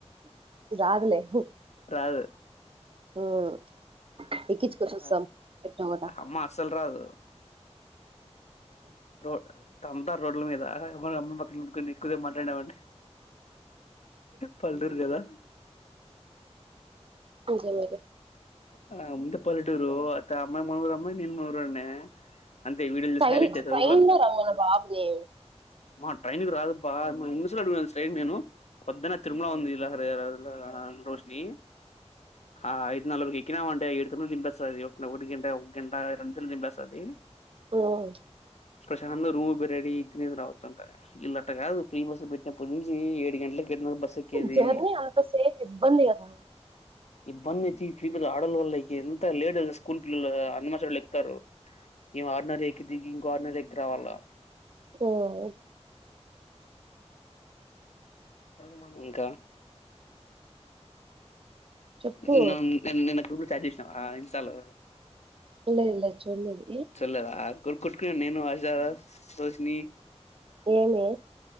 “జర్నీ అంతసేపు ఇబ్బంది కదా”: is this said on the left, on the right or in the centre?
Right